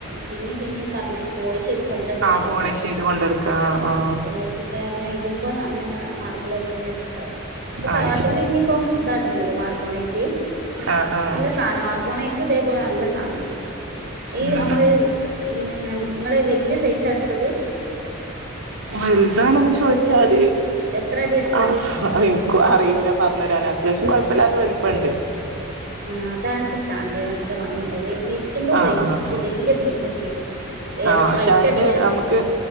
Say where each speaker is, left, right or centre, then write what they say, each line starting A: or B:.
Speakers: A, on the right (about 50°); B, on the right (about 75°).
A: പിന്നിം പിന്നിം ഫർണി പോളി ഷെയ്ത് കൊണ്ടട്ക്കാലോ.
B: ആഹ് പോളിഷ് ചെയ്ത് കൊണ്ടെടുക്ക ആഹ്
A: അഅ് യാര്ച്ചിട്ട അങ്ങനെ ഇ ടുമ്പ അങ്ങനെ ആഹ് മാർബിളൊക്കെ ർഞ്ഞിട്ട് ഇട്ടതാ ഇപ്പൊ
B: ആഹ്
A: തറവാട്ടില്
B: ആഹ് അത് ശരി
A: ഇഞ്പ്പം ഇതാട്ണത് മാർബോണൈറ്റ്
B: ആഹ് ആഹ്
A: നല്ല സാനാ മാർബോണൈറ്റും ഇതേപോലെ നല്ല സാനാ ഈ
B: ഉം
A: അമ്മള് പിന്ന ഇങ്ങള് വെല്യ സൈസാ ഇട്ത്തത്.
B: വെൽതാണൊന്ന് ചോയ്ച്ചാല്
A: എത്ര അടി എടുത്തത്
B: ആഹ്
A: ആ,
B: ഇൻക്കു അറിയൂല്ല പർഞ്ഞരാന് അത്യാവശ്യം കൊഴപ്പല്ലാത വ പണ്ട്
A: ആഹ് അതാണിപ്പോ സ്റ്റാൻഡേ നല്ല ഭംഗിണ്ടാവേ വിരിച്ചുമ്പോ
B: ആഹ്
A: വല്ച്ച്
B: ആഹ്
A: വല്യ പീസോക്കി വിരിച്ചണം ഏത
B: ആഹ് പക്ഷെ
A: വൈറ്റ
B: അയിന്
A: എടുത്ത്
B: നമുക്ക്